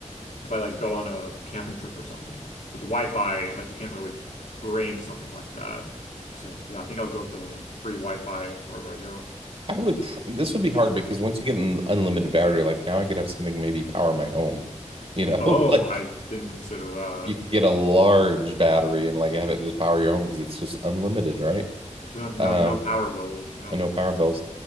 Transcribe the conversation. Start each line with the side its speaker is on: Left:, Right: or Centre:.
Left: if I like go on a camping trip or something. But the Wi-Fi, like you can't really bring something like that. So yeah, I think I'll go with the free Wi-Fi wherever I go.
Right: I would, pr- this would be hard because once you get an unlimited battery life, now I could have something maybe power my home. You know,
Left: Oh,
Right: <laughs> like
Left: I didn't consider that.
Right: you could get a large battery and like have it just power your home because it's just unlimited, right?
Left: So no, no
Right: Um,
Left: no power bills. Yeah.
Right: I know power bills.